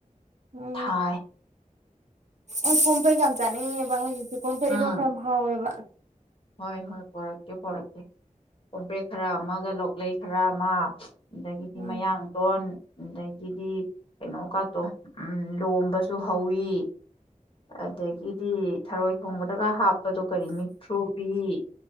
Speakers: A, on the right (about 55°); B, on the left (about 40°).
A: ꯎꯝ
B: ꯊꯥꯏ
A: ꯑꯩ ꯀꯣꯝꯄꯔꯦꯛ ꯌꯥꯝ ꯆꯅꯤꯡꯉꯦꯕ ꯀꯣꯝꯄꯔꯦꯛ
B: ꯎꯝ
A: ꯏꯔꯣꯝ ꯌꯥꯝ ꯍꯥꯎꯋꯦꯕ
B: ꯍꯣꯏ ꯍꯣꯏ ꯄꯣꯔꯛꯀꯦ ꯄꯣꯔꯛꯀꯦ ꯀꯣꯝꯄ꯭ꯔꯦꯛ ꯈꯔ ꯑꯃꯒ ꯂꯣꯛꯂꯩ ꯈꯔ ꯑꯃ ꯑꯗꯒꯤꯗꯤ
A: ꯎꯝ
B: ꯃꯌꯥꯡꯇꯣꯟ ꯑꯗꯒꯤꯗꯤ ꯀꯩꯅꯣꯀꯥꯇꯣ ꯎꯝ ꯂꯣꯝꯕꯁꯨ ꯍꯧꯋꯤ ꯑꯗꯒꯤꯗꯤ ꯊꯔꯣꯏ ꯊꯣꯡꯕꯗꯒ ꯍꯥꯞꯄꯗꯣ ꯀꯔꯤ ꯃꯤꯛ <unintelligible> ꯏ